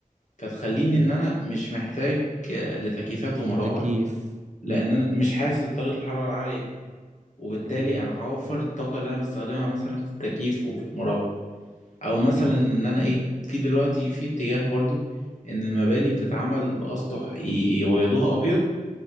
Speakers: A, on the left; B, on the right.
A: فتخليني إن أنا مش محتاج آه، لتكييفات ومراوح
B: للتكييف
A: لأن
B: امم
A: أنا مش حاسس بدرجة الحرارة العالية وبالتالي
B: فهمت
A: انا هوفر الطاقه اللي انا بستخدمها مثلا في التكييف وفي المراوح او مثلا
B: فهمت
A: ان انا ايه في دلوقتي في اتجاه برضو ان المباني بتتعمل باسطح ي- يبيضوها ابيض